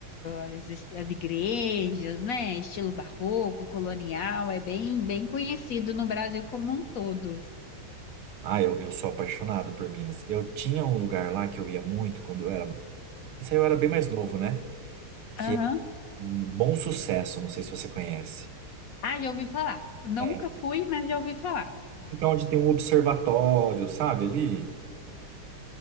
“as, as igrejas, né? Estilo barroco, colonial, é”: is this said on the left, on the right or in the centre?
Left